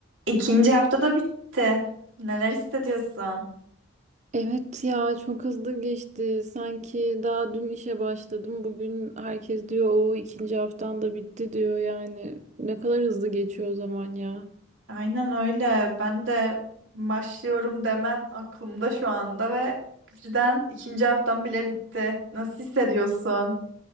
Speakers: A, on the right; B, on the right.
A: İkinci haftada bitti. Neler hissediyorsun?
B: Evet ya çok hızlı geçti. Sanki daha dün işe başladım. Bugün herkes diyor o ikinci haftan da bitti diyor yani. Ne kadar hızlı geçiyor o zaman ya.
A: Aynen öyle. Ben de başlıyorum demen aklımda şu anda ve birden ikinci haftam bile bitti. Nasıl hissediyorsun?